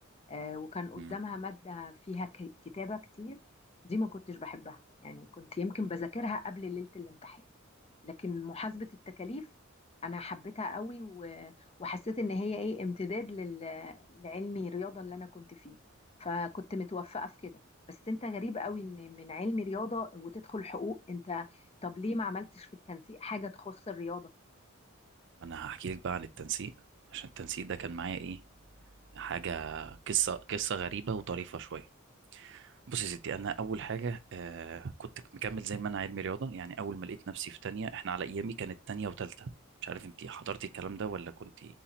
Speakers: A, on the left (about 30°); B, on the right (about 60°).
A: آه وكان قدامها
B: مم.
A: ماده فيها ك- كتابه كتير دي ما كنتش بحبها يعني كنت يمكن بذاكرها قبل ليله الامتحان لكن محاسبة التكاليف انا حبيتها قوي و... وحسيت ان هي ايه امتداد لل... لعلمي رياضة اللي انا كنت فيه فكنت متوفقة في كده بس انت غريب قوي ان من علم رياضة وتدخل حقوق انت طب ليه ما عملتش في التنسيق حاجة تخص الرياضة
B: ما انا هحكي لك بقى عن التنسيق عشان التنسيق ده كان معايا ايه حاجه قصه قصه غريبه وطريفه شويه بص يا ستي انا اول حاجه آه كنت مكمل زي ما انا علمي رياضه يعني اول ما لقيت نفسي في تانية احنا على ايامي كانت تانية وتالتة مش عارف انت حضرتي الكلام ده ولا كنت